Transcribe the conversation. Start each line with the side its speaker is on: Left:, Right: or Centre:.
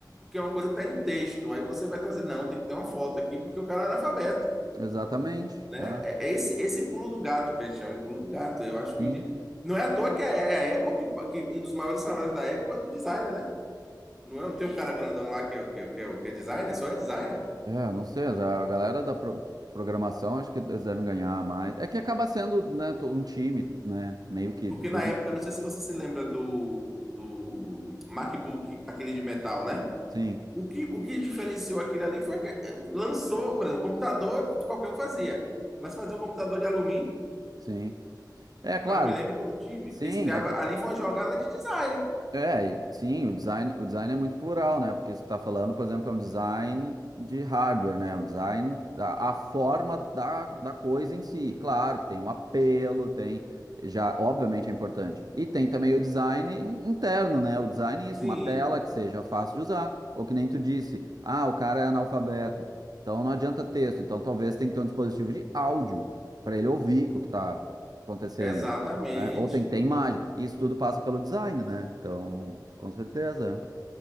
Centre: que é uma coisa que está em texto. Aí você vai trazer, não, tem que ter uma foto aqui, porque o cara é analfabeto,
Right: exatamente.
Centre: né?
Right: é,
Centre: É é esse, esse pulo do gato que a gente chama de pulo do gato. Eu acho que
Right: sim.
Centre: o de... Não é à toa que é é a Apple, que, que um dos maiores salários da Apple é do designer, né? Não, é, não tem um cara grandão lá que é, que, é- que é, o- que é designer, só é designer.
Right: É, não sei, a galera da pro- programação acho que eles devem ganhar mais. É que acaba sendo, né, to- um time, né, meio que
Centre: Porque na
Right: junto.
Centre: época, não sei se você se lembra do, do MacBook, aquele de metal, né?
Right: Sim,
Centre: O que, o que diferenciou aquilo ali foi que lançou, por exemplo, o computador qualquer um fazia, mas fazer um computador de alumínio
Right: sim. É, claro.
Centre: Cara, eu me lembro quando eu tive.
Right: Sim,
Centre: Respirava.
Right: é que
Centre: Ali foi uma jogada de design.
Right: É, e, sim, o design, o design é muito plural, né? Porque você está falando, por exemplo, é um design de hardware, né? É Um design da a forma da, da coisa em si. Claro que tem um apelo, tem já, obviamente é importante. E tem também o design in- interno, né? O design isso,
Centre: Sim,
Right: uma tela que seja fácil de usar, ou que nem tu disse, ah, o cara é analfabeto, então não adianta texto. Então talvez tenha que ter um dispositivo de áudio para ele ouvir o que está acontecendo
Centre: exatamente.
Right: né? Ou tem que ter imagem. E isso tudo passa pelo design, né? Então, com certeza.